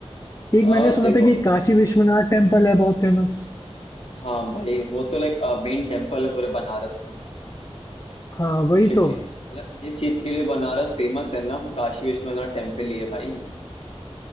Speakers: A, on the left; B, on the left.
A: एक मैंने
B: आ
A: सुना
B: देखो
A: था कि काशी विश्वनाथ टेम्पल है बहुत फेमस
B: हाँ भाई वो तो लाइक मेन टेम्पल है पूरे बनारस का
A: हाँ वही
B: शिव
A: तो
B: जी मतलब जिस चीज के लिए बनारस फेमस है ना वो काशी विश्वनाथ टेम्पल ही है भाई